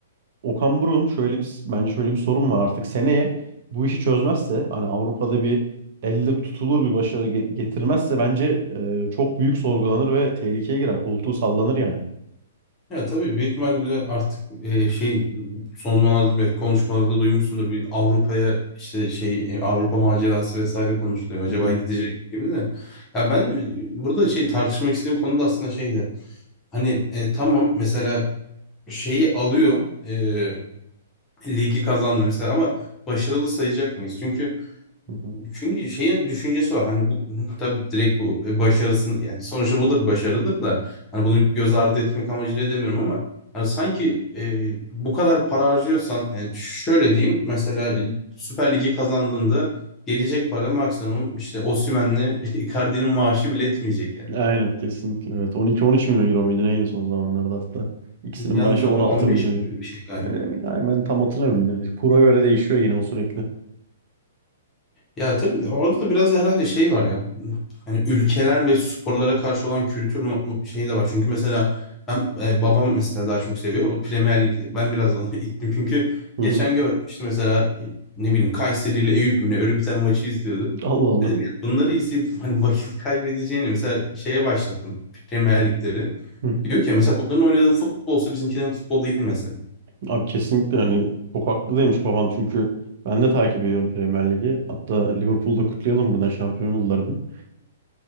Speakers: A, on the right (about 45°); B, on the left (about 20°).
A: Okan Buruk'un şöyle bir bence şöyle bir sorun var artık seneye bu işi çözmezse hani Avrupa'da bir elle tutulur bir başarı ge- getirmezse bence e, çok büyük sorgulanır ve tehlikeye girer. Koltuğu sallanır yani.
B: Ya tabii büyük ihtimalle artık e, şey son zamanlarda belki konuşmalarda duymuşsundur bir Avrupa'ya işte şey e, Avrupa macerası vesaire konuşuluyor. Acaba
A: Hı hı,
B: gidecek gibi de. Ya ben e, burada şey tartışmak istediğim konu da aslında şeydi. Hani e, tamam mesela şeyi alıyor e, ligi kazandı mesela ama başarılı sayacak mıyız? Çünkü
A: hı hı.
B: çünkü şeyin düşüncesi var hani bu <laughs> tabii direkt bu e, başarısın yani sonuçta bu da bir başarıdır da hani bunu göz ardı etmek amacıyla demiyorum ama hani sanki e, bu kadar para harcıyorsan e, şöyle diyeyim mesela e, Süper Lig'i kazandığında gelecek para maksimum işte Osimhen'le <laughs> Icardi'nin maaşı bile etmeyecek yani.
A: Aynen kesinlikle evet. 12-13 milyon euro muydu neydi son zamanlarda hatta. İkisinin
B: Yanlış
A: maaşı
B: olur
A: 16
B: 15
A: milyon
B: milyon
A: euro.
B: bir şey galiba.
A: Öyle miydi? Ay, ben tam hatırlamıyorum yani. Kura göre değişiyor yine o sürekli.
B: Ya tabii de orada da biraz da herhalde şey var ya. Hani ülkeler ve sporlara karşı olan kültür mu- mu- şeyi de var. Çünkü mesela ben e, babam mesela daha çok seviyor. O Premier Lig'i ben biraz ona <laughs> ittim. Çünkü
A: Hı
B: geçen
A: hı.
B: gördüm işte mesela e, ne bileyim Kayseri ile Eyüp mü ne öyle bir tane maçı izliyordu.
A: Allah Allah.
B: Dedim ya bunları izleyip hani vakit <laughs> kaybedeceğini mesela şeye başlattım Premier Lig'leri.
A: Hı hı.
B: Diyor ki mesela bunların oynadığı futbol olsa bizimkilerin futbol değil mesela.
A: Abi kesinlikle yani çok haklı demiş baban çünkü ben de takip ediyorum Premier Ligi. Hatta Liverpool'da kutlayalım buradan şampiyon oldular dün.